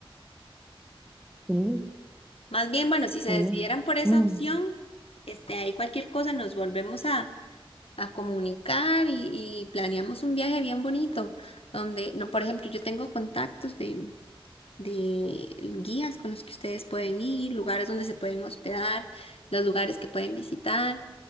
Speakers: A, in the centre; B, on the left.
A: Sí,
B: Más bien, bueno, si se
A: sí.
B: decidieran
A: <clears throat>
B: por esa opción,
A: Mm,
B: este, ahí cualquier cosa nos volvemos a, a comunicar y, y planeamos un viaje bien bonito, donde, no, por ejemplo, yo tengo contactos de de guías con los que ustedes pueden ir, lugares donde se pueden hospedar, los lugares que pueden visitar.